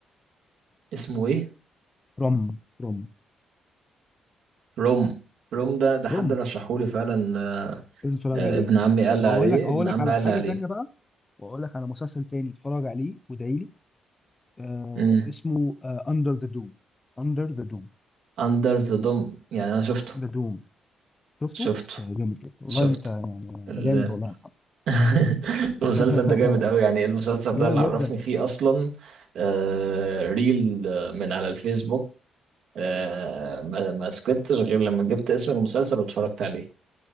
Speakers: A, on the right; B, on the left.
A: اسمه ايه
B: فروم فروم
A: روم روم ده ده حد
B: فروم
A: رشحهولي فعلا آه،
B: لازم تتفرج
A: آه،
B: عليه
A: ابن عمي قال
B: واقول
A: لي عليه
B: لك اقول
A: ابن عمي
B: لك على
A: قال
B: حاجه
A: لي عليه
B: تانيه بقى واقول لك على مسلسل تاني اتفرج عليه وادعي لي آه
A: امم
B: اسمه اندر ذا دوم اندر ذا دوم
A: اندر ذا دوم يعني انا شفته
B: ذا دوم شفته
A: شفته
B: ده جامد جدا والله
A: شفته
B: انت انت
A: ال...
B: جامد والله يا محمد
A: <laughs>
B: <laughs>
A: المسلسل ده جامد قوي يعني إيه المسلسل
B: جامد
A: ده اللي عرفني
B: جدا
A: فيه اصلا آه، ريل آه، من على الفيسبوك آه، ما ما سكتش غير لما جبت اسم المسلسل واتفرجت عليه